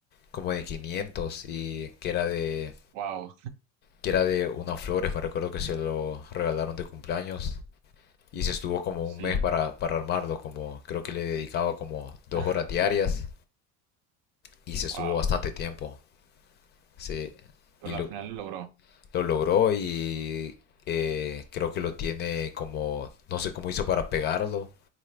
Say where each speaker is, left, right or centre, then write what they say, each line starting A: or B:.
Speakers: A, on the left; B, on the right.
A: como de 500 y que era de,
B: Wow,
A: que era de unas flores, me recuerdo que se lo regalaron de cumpleaños y se estuvo como
B: sí,
A: un mes para, para armarlo, como creo que le dedicaba como dos
B: <laughs>
A: horas diarias y se estuvo
B: wow.
A: bastante tiempo. Sí,
B: Pero
A: y lo,
B: al final lo logró.
A: lo logró y eh, creo que lo tiene como, no sé cómo hizo para pegarlo,